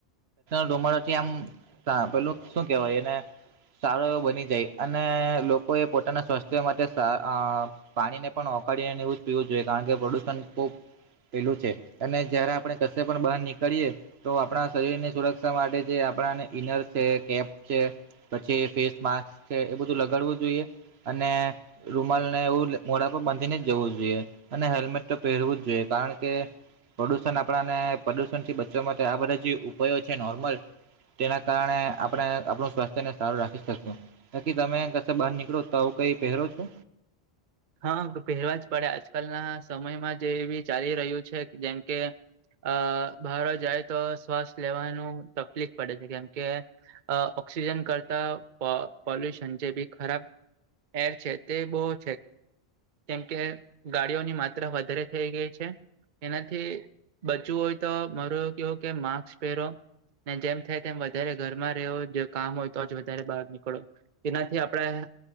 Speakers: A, on the right; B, on the right.
A: ડુમથી આમ પેલું શું કેવાય એને સારો એવો બની જાય અને લોકોએ પોતાના સ્વાસ્થ્ય માટે સા અ પાણીને પણ ઓકાળીને એવું જ પીવું જોઈએ કારણ કે પ્રદુષણ ખુબ પેલું છે અને જયારે આપણે કશે પણ બહાર નીકળીએ, તો આપણા શરીરની સુરક્ષા માટે જે આપણાને ઈનર છે, કેપ છે. પછી ફેસ માસ્ક છે કે એ બધું લગાડવું જોઈએ અને રૂમાલ ને એવું મોડા પર બાંધી ને જવું જોઈએ. અને હેલ્મેટ તો પહેરવું જ જોઈએ કારણ કે પ્રદુષણ આપણાને પ્રદુષણ થી બ બચવા માટે આ બધા જે ઉપાયો છે નોર્મલ. તેના કારણે આપણે આપણું સ્વાસ્થ્યને સારું રાખી શકીશું. બાકી તમે કશે બહાર નીકળો તો આવું કઈ પહેરો છો.
B: હા પહેરવા જ પડે આજકાલના સમયમાં જે એવી ચાલી રહ્યું છે જેમ કે અ બાર જાય તો શ્વાસ લેવાનું તકલીફ પડે છે કેમ કે અ ઓક્સિજન કરતા પ પોલ્યુશન જે બી ખરાબ એર છે તે બહુ છે. કેમકે ગાડીઓની માત્રા વધારે થઇ ગઈ છે. એનાથી બચવું હોય તો મારૂ એવું કેવું કે માસ્ક પહેરો. જેમ થાય તેમ વધારે ઘરમાં રેહો જો કામ હોય તો જ વધારે બહાર નીકળો. એનાથી આપણા